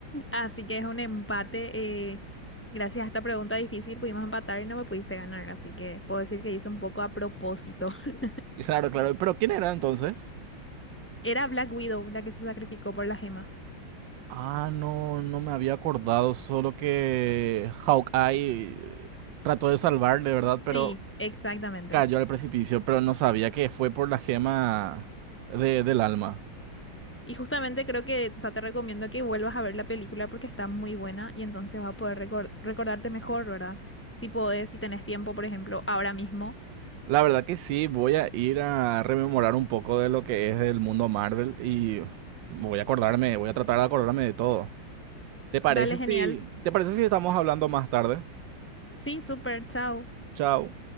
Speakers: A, in the centre; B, on the right (about 75°).
A: Así que es un empate. eh, gracias a esta pregunta difícil pudimos empatar y no me pudiste ganar. Así que puedo decir que hice un poco a propósito. <laughs>
B: claro, claro, pero ¿quién era entonces?
A: Era Black Widow la que se sacrificó por la gema.
B: Ah, no, no me había acordado, solo que Hawkeye trató de salvarle, ¿verdad? Pero
A: Sí, exactamente.
B: cayó al precipicio, pero no sabía que fue por la gema de- del alma.
A: Y justamente creo que, o sea, te recomiendo que vuelvas a ver la película porque está muy buena y entonces vas a poder recor- recordarte mejor, ¿verdad? Si podés, si tenés tiempo, por ejemplo, ahora mismo.
B: La verdad que sí, voy a ir a rememorar un poco de lo que es el mundo Marvel y voy a acordarme, voy a tratar de acordarme de todo. ¿Te parece
A: Dale, genial.
B: si, te parece si estamos hablando más tarde?
A: Sí, súper, chao.
B: Chao.